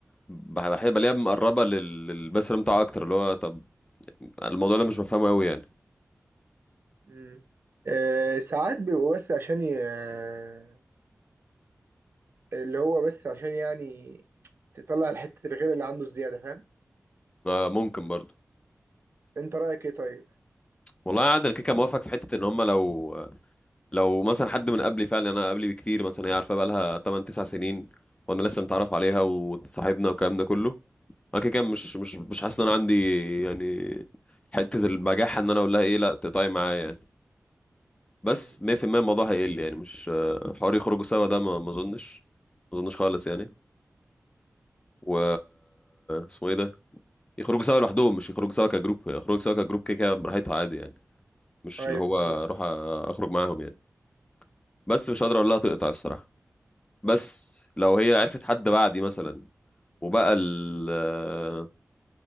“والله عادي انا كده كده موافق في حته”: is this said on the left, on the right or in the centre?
Left